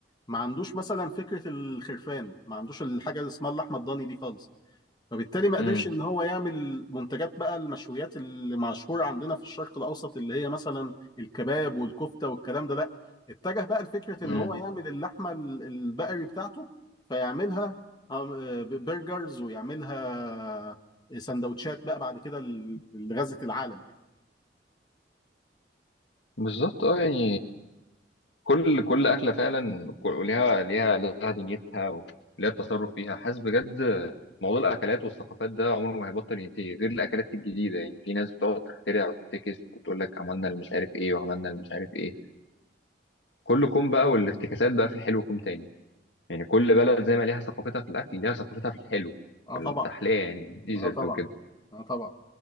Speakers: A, on the left (about 25°); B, on the left (about 80°).
A: ما عندوش مثلا فكرة الخرفان ما عندوش الحاجة اللي اسمها اللحمة الضاني دي خالص فبالتالي ما قدرش
B: امم
A: ان هو يعمل منتجات بقى المشويات اللي مشهوره عندنا في الشرق الاوسط اللي هي مثلا الكباب والكفته والكلام ده لا اتجه بقى لفكره ان
B: أمم.
A: هو يعمل اللحمه ال- البقري بتاعته فيعملها آم، آه، ب- برجرز ويعملها سندوتشات بقى بعد كده ل- لغزة العالم يعني
B: بالظبط اه يعني كل كل أكلة فعلا كل- ليها ليها ليها دنيتها وليها التصرف فيها حاسس بجد موضوع الأكلات والثقافات ده عمره ما هيبطل ينتهي غير الأكلات الجديدة يعني في ناس بتقعد تخترع وتفتكس وتقول لك عملنا اللي مش عارف إيه وعملنا اللي مش عارف إيه كل كوم بقى والافتكاسات بقى في الحلو كوم تاني يعني كل بلد زي ما ليها ثقافتها في الأكل ليها ثقافتها في الحلو
A: اه
B: في
A: طبعا
B: التحلية يعني ديزرت
A: اه طبعا
B: وكده
A: اه طبعا